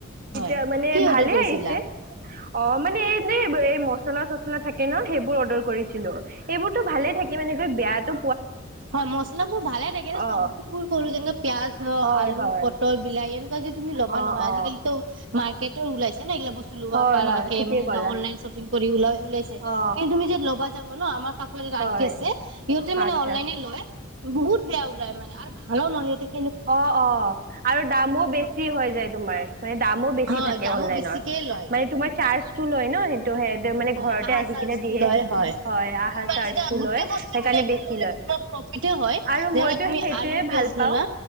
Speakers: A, on the right; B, on the right.
A: তেতিয়া
B: হয়
A: মানে
B: কি অৰ্ডাৰ
A: ভালে
B: কৰিছিলা?
A: আহিছে। অঁ, মানে এইনে এই মচলা চচলা থাকে ন, সেইবোৰ অৰ্ডাৰ কৰিছিলোঁ। সেইবোৰ টো ভালে
B: হয়
A: থাকে মানে কৈ বেয়াতো
B: হয়, মছলা বোৰ ভালে থাকে
A: অ
B: চব্জিবোৰ কলো যেনেকে পিয়াজ হ
A: হয়
B: আলু,
A: হয়
B: প টল বিলাক, এনেকুৱা যে তুমি লবা
A: অ
B: নহয়
A: অ
B: আজিকালিটো মাৰ্কেটত ওলাইছে না এইবিলাক বস্তু। লোৱা
A: হয়
B: পাৰাকে
A: হয় ঠিকেই
B: মানে
A: ক'লা
B: অনলাইন শ্বপিং কৰি ওলাই ওলাইছে,
A: অ
B: কিন্তু তুমি যত ল'বা ন আমাৰ কাষৰ
A: হয়
B: আণ্টি আছে সিহঁতে মানে
A: আচ্ছা
B: অনলাইনে লয়, বহুত বেয়া ওলাই মানে, আৰু হলো মই সিঁহতি
A: অঁ অ, আৰু দামো বেছি হয় যায় তোমাৰ, মানে দামো বেছি
B: হয়
A: থাকে
B: দামো
A: অনলাইনৰ।
B: বেছিকে লয়
A: মানে তোমাৰ চাৰ্জটো লয় ন, সেই ত, সেইটো মানে
B: হয়
A: ঘৰতে
B: আহা
A: আহি
B: চাৰ্জটো
A: কিনে দিয়ে।
B: লয়
A: হয়,
B: তুমি
A: আহা
B: মানে
A: চাৰ্জটো
B: যেতিয়া গোটেই
A: লয়
B: বস্তু
A: সেইকাৰণে
B: মিলাই কিনে
A: বেছি
B: ললে
A: লয়।
B: তোমাৰ প্ৰফিতে হয়
A: আৰু
B: যেনেকুৱা
A: মইতো
B: তুমি
A: সেইটোৱেই
B: আলু পিয়াজ
A: ভাল পাওঁ।
B: ললা